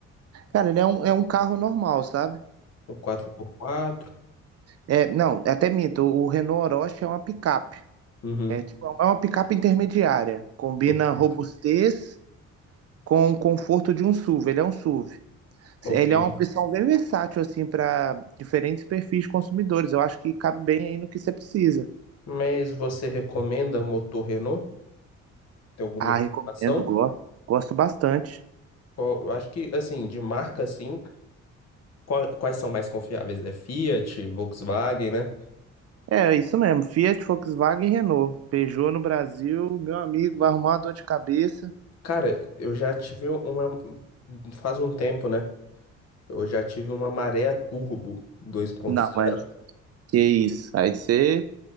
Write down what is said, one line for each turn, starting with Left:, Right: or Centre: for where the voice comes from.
Right: Cara, ele é um, é um carro normal, sabe?
Left: um quatro por quatro.
Right: É, não, até minto, o Renault Oroch é uma picape.
Left: Uhum.
Right: É tipo, é uma picape intermediária. Combina
Left: Ok.
Right: robustez com o conforto de um SUV. Ele é um SUV.
Left: Ok.
Right: Ele é uma opção bem versátil, assim, para diferentes perfis de consumidores. Eu acho que cabe bem aí no que você precisa.
Left: Mas você recomenda motor Renault? Tem alguma
Right: Ah,
Left: informação?
Right: recomendo, gosto, gosto bastante.
Left: Qual- eu acho que, assim, de marca, assim, qual- quais são mais confiáveis? É Fiat, Volkswagen, né?
Right: É, é isso mesmo. Fiat, Volkswagen e Renault. Peugeot no Brasil, meu amigo, vai arrumar uma dor de cabeça.
Left: Cara, eu já tive um, uma. Faz um tempo, né? Eu já tive uma maré turbo 2.0.
Right: Não, mas que isso. Aí você.